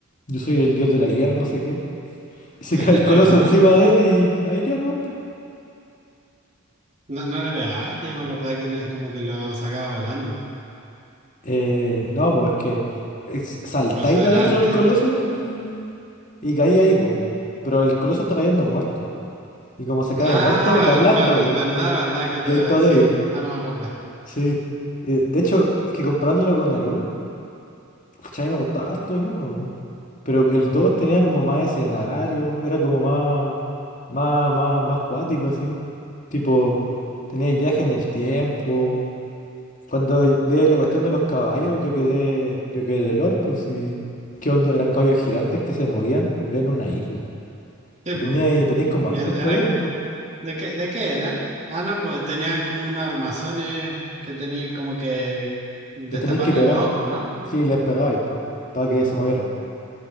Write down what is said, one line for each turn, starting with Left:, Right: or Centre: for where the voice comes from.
Left: yo soy el dios de la guerra, no sé qué. Y se
Right: Ahí
Left: cae
Right: le
Left: el
Right: pegaba,
Left: coloso
Right: ¿no?
Left: encima de él y ahí queda nomás, po.
Right: No, no le pegaba, yo me acordaba que le- como que lo sacaba volando.
Left: Eh, no, pues es que es- saltáis
Right: Por eso era
Left: de adentro
Right: antes.
Left: del coloso y, y caí ahí, po. Pero el coloso está cayendo muerto. Y como se cae
Right: Ah,
Left: muerto, te aplasta,
Right: ver-
Left: po.
Right: verdad,
Left: Y,
Right: verdad
Left: y
Right: que te-
Left: caí todo
Right: sí,
Left: débil.
Right: ahora me acordé.
Left: Sí. Eh, de hecho, es que comparándolo con el uno Pucha, a mí me gustaba harto el uno po. Pero el 2 tenía como más escenario, era como más, más, más, más cuático, así. Tipo, teníais viaje en el tiempo. Cuando de la cuestión de los caballos, yo quedé, yo quedé de LOL, pues sí ¿qué onda? Eran caballos gigantes que se movían, vivían en una isla.
Right: Sí,
Left: Y
Right: pues.
Left: teníais, teníais como
Right: Y
Left: hartos
Right: er-
Left: poderes,
Right: eran,
Left: pues.
Right: ¿de qué, de qué eran? Ah, no, pues tenían como unos armazones que tenían como que destaparle
Left: Les teníais que pegar.
Right: los ojos, ¿no?
Left: Sí, les pegabais, pues, para que se movieran.